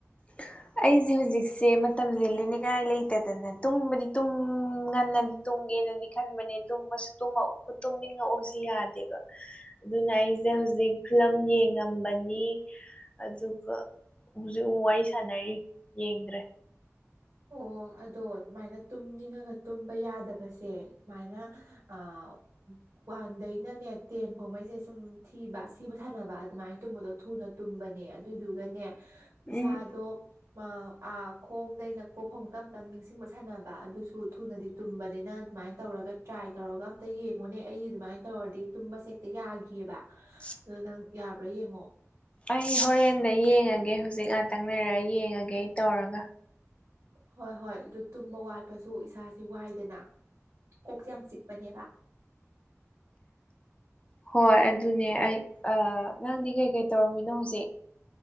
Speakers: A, on the left; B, on the right.
A: <inaudible> ꯑꯩꯖꯦ ꯍꯣꯖꯤꯛꯁꯦ ꯃꯇꯝꯖꯦ ꯂꯦꯟꯅꯤꯡꯉꯥꯏ ꯂꯩꯇꯗꯅ ꯇꯨꯝꯕꯗꯤ ꯇꯨꯝ ꯉꯟꯅꯟ ꯇꯨꯝꯒꯦꯅꯗꯤ ꯈꯟꯕꯅꯦ ꯇꯨꯝꯕꯁ ꯇꯨꯝꯃꯧ ꯇꯨꯝꯅꯤꯉꯛ ꯑꯣꯁꯦ ꯌꯥꯗꯦꯕ ꯑꯗꯨꯅ ꯑꯩꯖꯦ ꯍꯧꯖꯤꯛ ꯐꯤꯂꯝ ꯌꯦꯡꯉꯝꯕꯅꯤ ꯑꯗꯨꯒ ꯍꯨꯖꯤꯛ ꯑꯃꯨꯛ ꯋꯥꯔꯤ ꯁꯥꯟꯅꯔꯤ ꯌꯦꯡꯗ꯭ꯔꯦ
B: ꯑꯣ ꯑꯗꯣ ꯑꯗꯨꯨꯃꯥꯏꯅ ꯇꯨꯝꯅꯤꯡꯉꯒ ꯇꯨꯝꯕ ꯌꯥꯗꯕꯁꯦ ꯁꯨꯃꯥꯏꯅ ꯑꯥ ꯋꯥꯟꯗꯩꯅꯅꯦ ꯇꯦꯟ ꯐꯥꯎꯉꯩꯁꯦ ꯁꯨꯝ ꯊꯤꯕ ꯁꯤꯕ ꯁꯥꯟꯅꯕ ꯑꯗꯨꯃꯥꯏꯅ ꯇꯨꯝꯕꯗꯣ ꯊꯨꯅ ꯇꯨꯝꯕꯅꯦ ꯑꯗꯨꯗꯨꯒꯅꯦ ꯏꯁꯥꯗꯣ
A: ꯎꯝ
B: ꯃꯥ ꯑꯥ ꯈꯣꯡꯗꯩꯅ ꯀꯣꯛ ꯐꯧ ꯇꯝ ꯇꯝ ꯅꯤꯡꯁꯤꯡꯕ ꯁꯥꯟꯅꯕ ꯑꯗꯨꯁꯨ ꯊꯨꯅꯗꯤ ꯇꯨꯝꯕꯅꯤ ꯅ ꯑꯗꯨꯃꯥꯏꯅ ꯇꯧꯔꯒ ꯇ꯭ꯔꯥꯏ ꯇꯧꯔꯒ ꯑꯝꯇ ꯌꯦꯡꯉꯨꯅꯦ ꯑꯩꯗꯤ ꯑꯗꯨꯃꯥꯏꯅ ꯇꯧꯔꯗꯤ ꯇꯨꯝꯕꯁꯦ ꯍꯦꯛꯇ ꯌꯥꯈꯤꯑꯕ
A: <unintelligible>
B: ꯑꯗꯨ ꯅꯪ ꯌꯥꯕ꯭ꯔꯥ ꯌꯦꯡꯉꯣ
A: ꯑꯩ ꯍꯣꯔꯦꯟꯗꯩ ꯌꯦꯡꯉꯒꯦ ꯍꯧꯖꯤꯛ ꯉꯥꯛꯇꯪ ꯂꯩꯔ ꯌꯦꯡꯉꯒꯦ ꯑꯩ ꯇꯧꯔꯒ
B: ꯍꯣꯏ ꯍꯣꯏ ꯑꯗꯨ ꯇꯨꯝꯕ ꯋꯥꯠꯄꯁꯨ ꯏꯁꯥꯥꯁꯦ ꯋꯥꯏꯗꯅ ꯀꯣꯛꯁꯦ ꯌꯥꯝ ꯆꯤꯛꯄꯅꯦꯕ
A: ꯍꯣꯏ ꯑꯗꯨꯅꯦ ꯑꯩ ꯑꯥ ꯅꯪꯗꯤ ꯀꯩ ꯀꯩ ꯇꯧꯔꯝꯃꯤꯅꯣ ꯍꯧꯖꯤꯛ